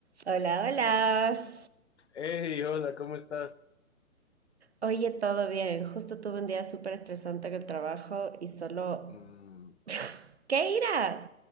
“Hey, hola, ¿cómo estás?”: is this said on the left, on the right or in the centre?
Left